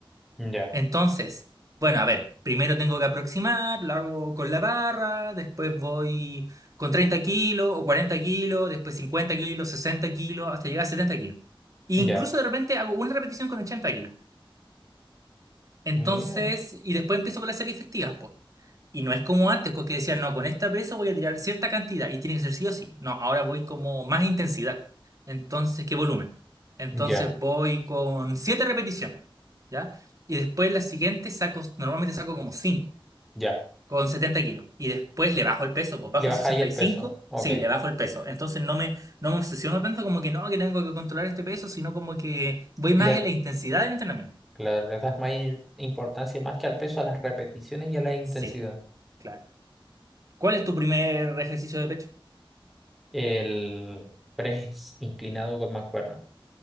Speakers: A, in the centre; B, on the right.
A: Ya,
B: Entonces, bueno, a ver, primero tengo que aproximar, lo hago con la barra, después voy con 30 kilos o 40 kilos, después 50 kilos, 60 kilos, hasta llegar a 70 kilos. E
A: ya.
B: incluso de repente hago una repetición con 80 kilos. Entonces,
A: Mira,
B: y después empiezo con las series efectivas, pues. Y no es como antes, porque decían, no, con esta pesa voy a tirar cierta cantidad y tiene que ser sí o sí. No, ahora voy como más intensidad. Entonces, ¿qué volumen? Entonces
A: ya,
B: voy con siete repeticiones, ¿ya? Y después la siguiente saco, normalmente saco como cinco,
A: ya.
B: con 70 kilos. Y después le bajo el peso, pues bajo
A: Le baja
B: a sesenta
A: ahí el
B: y cinco
A: peso. Ok.
B: sí, le bajo el peso. Entonces no me, no me obsesiono tanto como que no, que tengo que controlar este peso, sino como que voy más
A: Le-
B: en la intensidad del entrenamiento.
A: claro, le das más in- importancia más que al peso, a las repeticiones y a la intensidad.
B: Sí, claro. ¿Cuál es tu primer ejercicio de pecho?
A: El press inclinado con mancuerna.